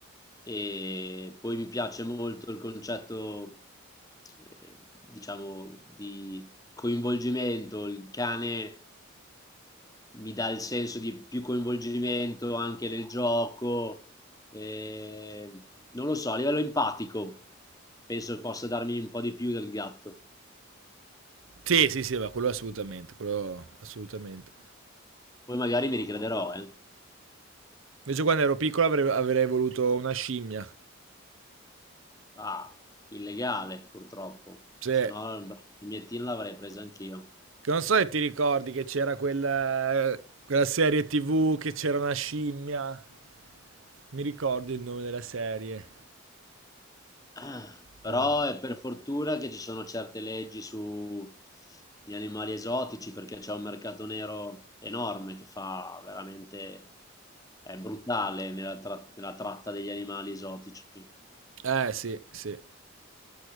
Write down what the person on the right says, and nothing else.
sì, sì, sì, ma quello assolutamente, quello assolutamente.
Invece quando ero piccolo avrei, avrei voluto una scimmia.
Cioè,
che non so se ti ricordi che c'era quella, quella serie TV che c'era una scimmia. Mi ricordo il nome della serie.
Eh.
Eh sì, sì.